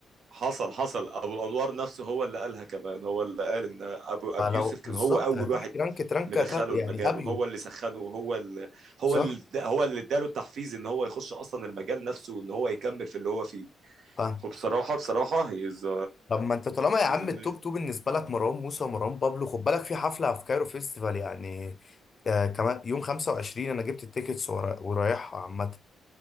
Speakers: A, on the right; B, on the left.
A: حصل حصل ابو الانوار نفسه هو اللي قالها كمان هو اللي قال ان ابو ابي
B: فلو
A: يوسف كان
B: بالظبط
A: هو اول
B: هتيجي
A: واحد
B: ترانك ترانك
A: مدخله
B: هت- يعني
A: المجال
B: ابيو
A: وهو اللي سخنه وهو اللي هو
B: صح
A: اللي هو اللي اداله التحفيز ان هو يخش اصلا المجال نفسه وان هو يكمل في اللي هو فيه
B: فاهم
A: وبصراحه بصراحه هيز
B: طب ما انت طالما يا عم
A: هيز اميزنج.
B: التوب تو بالنسبه لك مروان موسى ومروان بابلو خد بالك في حفله في كايرو فيستيفال يعني آه كمان يوم 25 انا جبت التيكتس ورا- ورايحها عامه